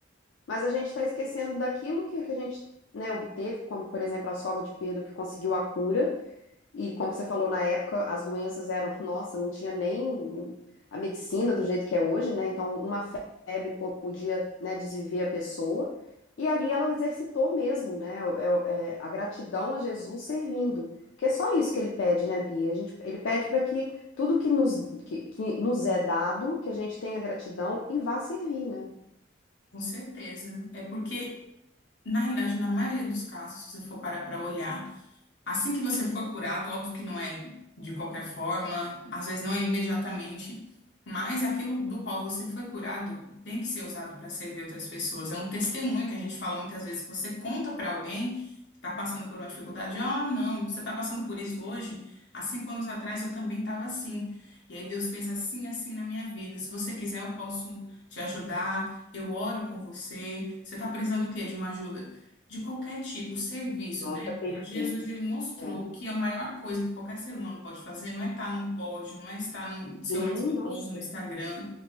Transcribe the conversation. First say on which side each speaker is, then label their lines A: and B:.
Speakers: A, on the left (about 80°); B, on the left (about 65°).
A: mas a gente tá esquecendo daquilo que, que a gente, né, obteve, como, por exemplo, a sogra de Pedro que conseguiu a cura. E como você falou na época, as doenças eram, <laughs> nossa, não tinha nem a medicina do jeito que é hoje, né? Então, uma febre po- podia, né, desviver a pessoa. E ali ela exercitou mesmo, né? é- é a gratidão a Jesus servindo. Porque é só isso que ele pede, né, Bia? A gente, ele pede para que tudo que nos, que, que nos é dado, que a gente tenha gratidão e vá servir, né?
B: Com certeza. É porque, na realidade, na maioria dos casos, se você for parar para olhar, Assim que você for curado, óbvio que não é de qualquer forma, às vezes não é imediatamente, mas aquilo do qual você foi curado tem que ser usado para servir outras pessoas. É um testemunho que a gente fala muitas vezes, que você conta para alguém que está passando por uma dificuldade, ó, não, você está passando por isso hoje? Há cinco anos atrás eu também estava assim. E aí Deus fez assim, assim na minha vida. Se você quiser, eu posso te ajudar, eu oro com você. Você está precisando do quê? De uma ajuda? de qualquer tipo, serviço,
A: Nossa,
B: né?
A: perfeito.
B: E Jesus, ele mostrou
A: É.
B: que a maior coisa que qualquer ser humano pode fazer não é estar num pódio, não é estar no ser
A: Sim,
B: o mais
A: nossa.
B: famoso no Instagram,